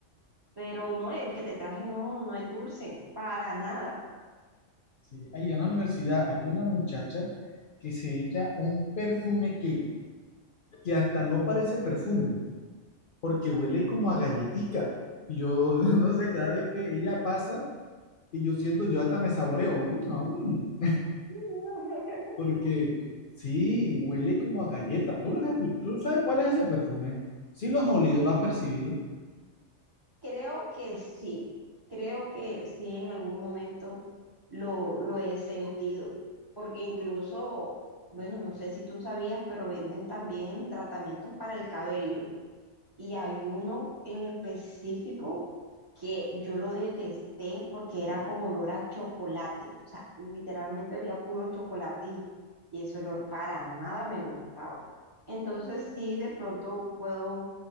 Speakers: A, on the right (about 25°); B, on the left (about 55°).
A: Pero no, el que te traje no, no es dulce, para nada.
B: Sí, ahí en la universidad hay una muchacha que se echa un perfume que, que hasta no parece perfume, porque huele como a galletica. Y yo <laughs> no sé, cada vez que ella pasa, y yo siento, yo hasta me saboreo. Mm, ah, mm.
A: <laughs>
B: Porque sí, huele como a galleta. ¿Tú, lo has escu- ¿Tú sabes cuál es ese perfume? Sí, lo has olido, lo has percibido.
A: Creo que sí, creo que sí en algún momento lo, lo he sentido, porque incluso, bueno, no sé si tú sabías, pero venden también tratamientos para el cabello. Y hay uno en específico que yo lo detesté porque era con olor a chocolate. O sea, literalmente olía puro chocolate y, y ese olor para nada me gustaba. Entonces sí, de pronto puedo